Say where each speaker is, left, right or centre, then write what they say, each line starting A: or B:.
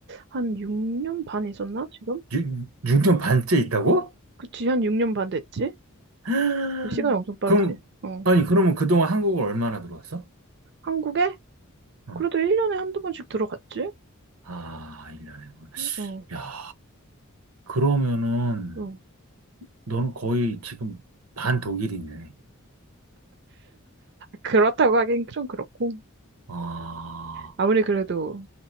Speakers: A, on the right; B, on the right.
A: 한 6년 반 있었나? 지금?
B: 6년 반째 있다고? <gasps>
A: 그치, 한 6년 반 됐지?
B: <laughs>
A: 시간이 엄청 빠르지.
B: 그럼,
A: 어.
B: 아니, 그러면 그동안 한국을 얼마나 들어왔어?
A: 한국에?
B: 어.
A: 그래도 1년에 한두 번씩 들어갔지?
B: 아, 1년에.
A: 어,
B: 야, 그러면은,
A: 어.
B: 넌 거의 지금 반 독일이네.
A: 그렇다고 하긴 좀 그렇고.
B: 아,
A: 아무리 그래도